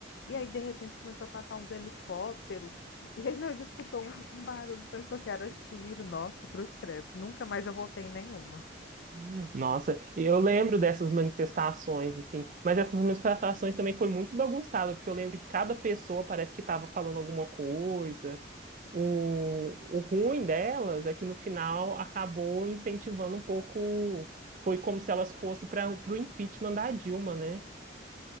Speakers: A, on the left; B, on the right.
A: E aí de repente começou a passar uns helicópteros <laughs> e aí nós escutou um, um barulho, pensou que era tiro. Nossa, cruz credo. Nunca mais eu voltei em nenhuma.
B: Hum. Nossa, eu lembro dessas manifestações, assim, mas essas manifestações também foi muito bagunçado, porque eu lembro que cada pessoa parece que estava falando alguma coisa. O, o ruim delas é que no final acabou incentivando um pouco. Foi como se elas fossem para o impeachment da Dilma, né?